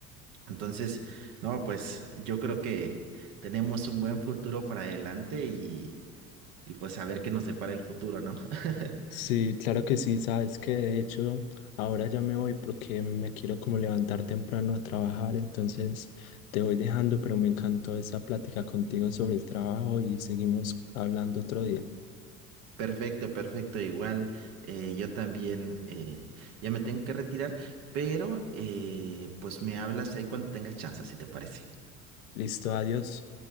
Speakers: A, on the right (about 50°); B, on the left (about 65°).
A: Entonces, no, pues yo creo que tenemos un buen futuro para adelante y, y pues a ver qué nos depara el futuro, ¿no? <laughs>
B: Sí, claro que sí, sabes que de hecho ahora ya me voy porque me quiero como levantar temprano a trabajar, entonces te voy dejando, pero me encantó esa plática contigo sobre el trabajo y seguimos hablando otro día.
A: Perfecto, perfecto, igual. eh, yo también eh, ya me tengo que retirar, pero eh, pues me hablas ahí cuando tengas chance, si te parece.
B: Listo, adiós.